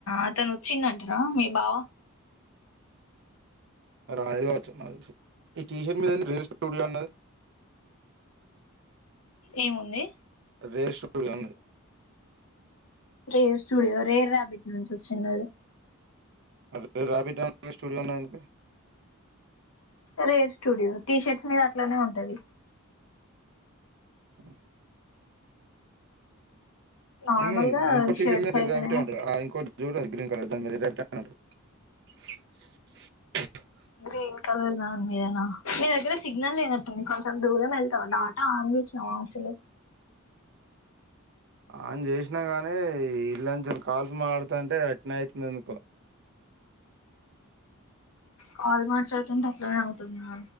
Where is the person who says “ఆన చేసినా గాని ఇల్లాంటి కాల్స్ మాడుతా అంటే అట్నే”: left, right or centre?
Right